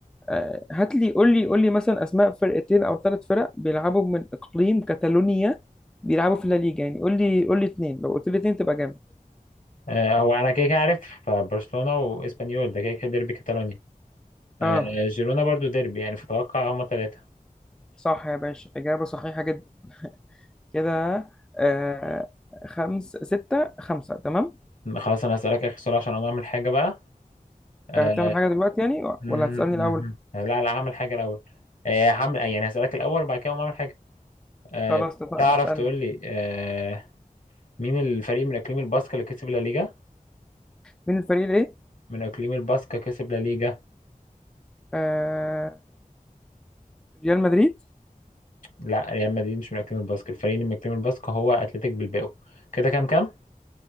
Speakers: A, in the centre; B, on the left.
A: آه هات لي قول لي قول لي مثلا أسماء فرقتين أو ثلاث فرق بيلعبوا من إقليم كاتالونيا بيلعبوا في الليجا يعني قول لي قول لي اتنين لو قلت لي اتنين تبقى جامد
B: آه هو انا كده كده عارف برشلونة واسبانيول ده كده كده ديربي كاتالونيا آه
A: اه
B: جيرونا برضو ديربي يعني فتوقع هما ثلاثة
A: صح يا باشا إجابة صحيحة جدا كده آه خمس ستة خمسة تمام
B: خلاص انا هسألك اخر سؤال عشان اقوم اعمل حاجة بقى آه
A: آه، هتعمل حاجة دلوقتي يعني
B: مهم،
A: ولا هتسألني الأول؟
B: مهم. لا لا اعمل حاجة الاول آه هعمل يعني هسألك الاول وبعد كده اقوم اعمل حاجة آه
A: خلاص اتفقنا
B: تعرف
A: اسألني
B: تقول لي آه مين الفريق من اقليم الباسكا اللي كسب لا ليجا
A: مين الفريق الإيه؟
B: من اقليم الباسكا كسب لا ليجا
A: آه ريال مدريد
B: لا ريال مدريد مش من اكاديمية الباسك الفريق اللي من اكاديمية الباسك هو اتلتيك بلباو كده كام كام